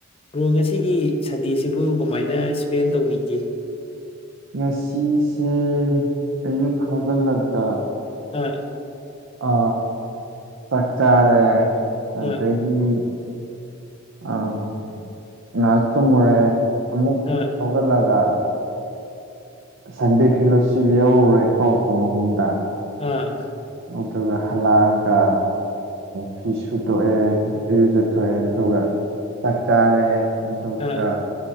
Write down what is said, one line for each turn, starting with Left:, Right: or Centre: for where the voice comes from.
Left: ꯔꯣ ꯉꯁꯤꯒꯤ ꯁꯟꯗꯦꯁꯤꯕꯨ ꯀꯃꯥꯏꯅ ꯏꯁꯄꯦꯟ ꯇꯧꯕꯤꯒꯦ <inaudible>
Right: ꯉꯁꯤꯁꯦ ꯑꯌꯨꯛ ꯍꯧꯒꯠꯂꯛꯄ
Left: ꯑ
Right: ꯑ ꯆꯥꯛ ꯆꯥꯔꯦ ꯑꯗꯒꯤ
Left: ꯑꯥ
Right: ꯑꯝ ꯉꯛ ꯇꯨꯝꯃꯨꯔꯦ ꯑꯃꯨꯛ
Left: ꯑꯥ
Right: ꯍꯧꯒꯠꯂꯒ ꯁꯟꯗꯦ ꯐꯦꯂꯣꯁꯤꯞ ꯌꯥꯎꯔꯨꯔꯦ ꯀꯣ ꯐ ꯍꯟꯗꯥ
Left: ꯑꯥ
Right: ꯑꯗꯨꯒ ꯍꯜꯂꯛꯑꯒ ꯐꯤ ꯁꯨ ꯇꯣꯛꯑꯦ ꯏꯔꯨꯖꯊꯣꯛꯑꯦ ꯑꯗꯨꯒ ꯆꯥꯛ ꯆꯥꯔꯦ ꯑꯗꯨꯒ
Left: ꯑꯣ